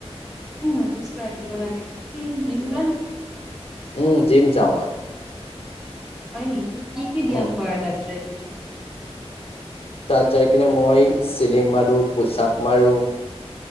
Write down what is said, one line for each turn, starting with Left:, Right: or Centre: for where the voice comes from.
Centre: উম সুস্থ ৰাখিব লাগে তুমি জিম যোৱা
Left: উম যিম যাও মই
Centre: হয় নেকি, কি-কি ব্যায়াম
Left: উম
Centre: কৰা তাত যাই পেলায়।
Left: তাত যাই কিনে মই চিলিং মাৰো পোচাপ মাৰো